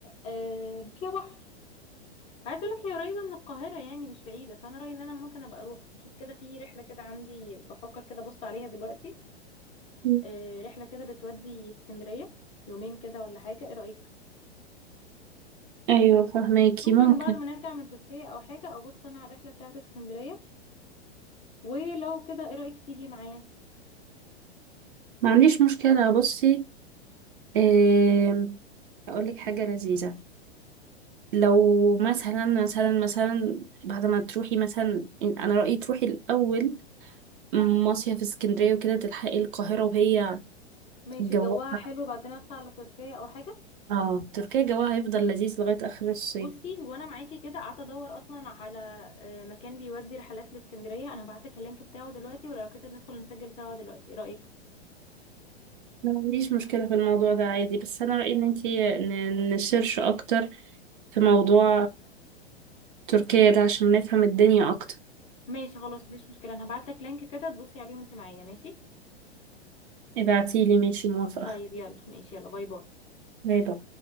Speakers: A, on the left; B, on the right.
A: آه فيها بحر عايزة اقولك هي قريبة من القاهرة يعني مش بعيدة فانا رأيي ان انا ممكن ابقى اروح اشوف كده في رحلة كده عندي بفكر كده ابص عليها دلوقتي
B: مم.
A: آه، رحلة كده بتودي اسكندرية يومين كده ولا حاجة ايه رأيك
B: أيوة فهماكي
A: ممكن
B: ممكن
A: من بعد ما نرجع من تركيا او حاجة ابص انا على الرحلة بتاعت اسكندرية ولو كده ايه رأيك تيجي معايا
B: ما عنديش مشكلة بصي أقول أقولك حاجة لذيذة لو مثلا مثلا مثلا بعد ما تروحي مثلا أنا رأيي تروحي الأول مصيف اسكندرية وكده تلحقي القاهرة وهي
A: ماشي
B: جوها
A: جواها حلو بعدين اطلع على تركيا او حاجة
B: اه تركيا جوها هيفضل لذيذ لغاية آخر الصيف
A: بصي وانا معاكي كده قعدت ادور اصلا على آه، مكان بيودي رحلات لاسكندرية انا هبعتلك اللينك بتاعه دلوقتي ولو كده ندخل نسجل سوا دلوقتي ايه رأيك
B: ما عنديش مشكلة في الموضوع ده عادي بس أنا رأيي إن انتي ن- نسيرش أكتر في موضوع تركيا ده عشان نفهم الدنيا أكتر
A: ماشي خلاص مفيش مشكلة انا هبعتلك لينك كده تبصي عليه وانت معايا ماشي
B: ابعتيلي ماشي موافقة
A: طيب يلا ماشي يلا باي باي
B: باي باي